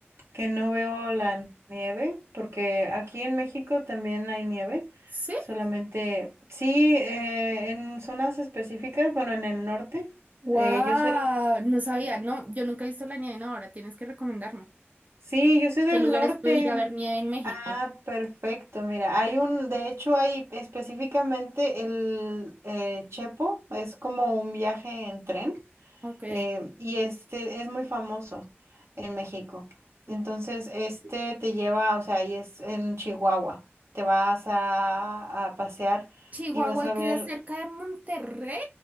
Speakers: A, on the right; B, on the right.
A: que no veo la nieve, porque aquí en México también hay nieve,
B: ¿Sí?
A: solamente sí, eh, en zonas específicas, bueno, en el norte,
B: ¡Wow!
A: eh, yo soy,
B: No sabía,
A: sí,
B: no, yo nunca he visto la nieve, no, ahora tienes que recomendarme.
A: sí, yo soy del
B: ¿Qué lugares
A: norte.
B: puedo ir a ver nieve en México?
A: Ah, perfecto, mira, hay un, de hecho hay específicamente el eh, Chepo, es como un viaje en tren.
B: Ok.
A: eh, y este es muy famoso en México. Entonces, este te lleva, o sea, y es en Chihuahua. Te vas a, a pasear
B: ¿Chihuahua
A: y vas a ver,
B: queda cerca de Monterrey